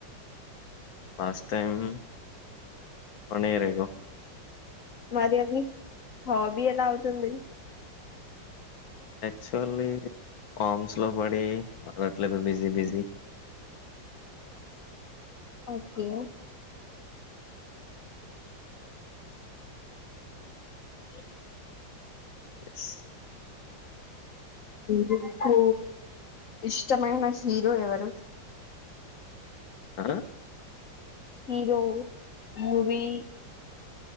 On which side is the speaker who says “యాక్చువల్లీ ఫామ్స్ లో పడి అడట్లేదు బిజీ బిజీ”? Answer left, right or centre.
Left